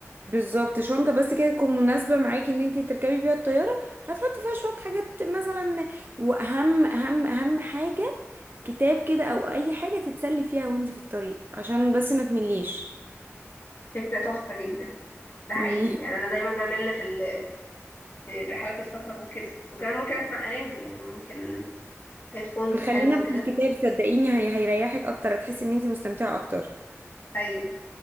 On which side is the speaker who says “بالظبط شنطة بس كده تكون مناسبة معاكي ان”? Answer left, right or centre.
Right